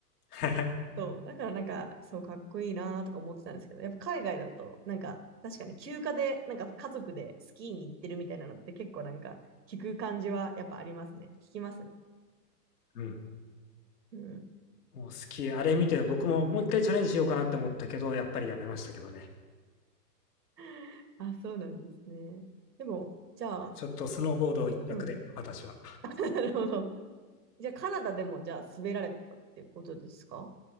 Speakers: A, on the left (about 65°); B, on the right (about 85°).
A: <laughs>
B: そう、だからなんか、そうかっこいいなーとか思ってたんですけど、やっぱ海外だと、なんか確かに休暇で、なんか家族でスキーに行ってるみたいなのって結構なんか聞く感じはやっぱありますね。聞きますね。
A: うん。
B: うん。
A: もうスキー、あれ見て、僕ももう一回チャレンジしようかなって思ったけど、やっぱりやめましたけどね。
B: <laughs> あ、そうなんですね。でも、じゃあ、
A: ちょっとスノーボード一択で、
B: うん。
A: 私は。
B: <laughs> なるほど。じゃあカナダでもじゃあ滑られてたってことですか